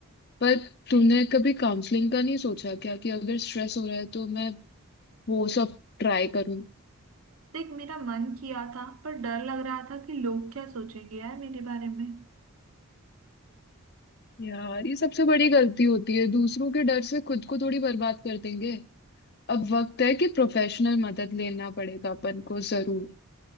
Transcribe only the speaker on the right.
देख मेरा मन किया था पर डर लग रहा था कि लोग क्या सोचेंगे यार मेरे बारे में